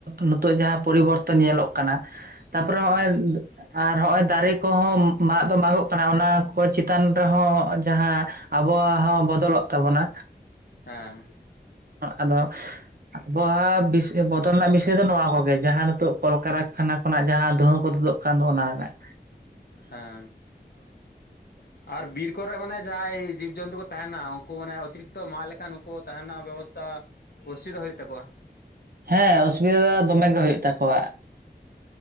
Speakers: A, on the right; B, on the left.
A: ᱱᱤᱛᱚᱜ ᱡᱟᱸᱦᱟ ᱯᱚᱨᱤᱵᱚᱨᱛᱚᱱ ᱧᱮᱞᱚᱜ ᱠᱟᱱᱟ ᱛᱟᱯᱚᱨᱮ ᱦᱸᱚᱜᱼᱚᱭ
B: ᱦᱮᱸ
A: ᱟᱨ ᱦᱚᱸᱜᱼᱚᱭ ᱫᱟᱨᱮ ᱠᱚᱦᱚᱸ ᱢᱟᱜ ᱫᱚ ᱢᱟᱜᱚᱜ ᱠᱟᱱᱟ ᱚᱱᱟ ᱠᱚ ᱪᱮᱛᱟᱱ ᱨᱮᱦᱚᱸ ᱡᱟᱦᱟᱸ ᱟᱵᱚᱦᱟᱣᱟ ᱵᱚᱫᱚᱞᱚᱜ ᱛᱟᱵᱚᱱᱟ
B: ᱦᱮᱸ
A: ᱟᱫᱚ ᱟᱵᱚᱦᱟᱣᱟ ᱵᱚᱫᱚᱞ ᱨᱮᱱᱟᱜ ᱵᱤᱥᱚᱭ ᱫᱚ ᱱᱚᱣᱟ ᱠᱚᱜᱮ ᱡᱟᱸᱦᱟ ᱱᱤᱛᱚᱜ ᱠᱚᱞ ᱠᱟᱨᱟᱠᱷᱟᱱᱟ ᱠᱷᱚᱱᱟᱜ ᱡᱟᱸᱦᱟ ᱫᱩᱸᱦᱟᱹ ᱠᱚ <unintelligible> ᱠᱷᱟᱱ ᱫᱚ ᱚᱱᱟ ᱨᱮᱱᱟᱜ
B: ᱦᱮᱸ
A: <inaudible>
B: ᱟᱨ ᱵᱤᱨ ᱠᱚᱨᱮ ᱢᱟᱱᱮ ᱡᱟᱦᱟᱸᱭ ᱡᱤᱵᱽᱼᱡᱚᱱᱛᱩ ᱠᱚ ᱛᱟᱦᱮᱱᱟ ᱩᱱᱠᱩ ᱢᱟᱱᱮ ᱚᱛᱤᱨᱤᱠᱛᱚ ᱢᱟᱜ ᱞᱮᱠᱷᱟᱱ ᱩᱱᱠᱩ ᱛᱟᱦᱮ ᱨᱮᱱᱟᱜ ᱵᱮᱵᱚᱥᱛᱷᱟ ᱚᱥᱩᱣᱤᱫᱷᱟ ᱦᱩᱭᱩᱜ ᱛᱟᱠᱚᱣᱟ
A: ᱦᱮᱸ ᱚᱥᱩᱣᱤᱫᱟ ᱫᱚᱢᱮ ᱜᱮ ᱦᱩᱭᱩᱜ ᱛᱟᱠᱚᱣᱟ